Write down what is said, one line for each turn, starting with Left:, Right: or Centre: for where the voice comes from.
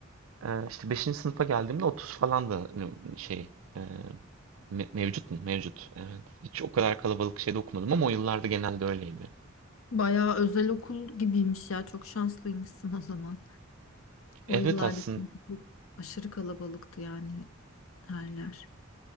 Right: Ee, işte 5. sınıfa geldiğimde 30 falan da hani şey e, Me- mevcut mu? Mevcut. Evet. Hiç o kadar kalabalık şeyde okumadım ama o yıllarda genelde öyleydi.
Left: Bayağı özel okul gibiymiş ya. Çok şanslıymışsın o zaman.
Right: Evet
Left: O yıllarda
Right: aslında
Left: çünkü çok aşırı kalabalıktı yani her yer.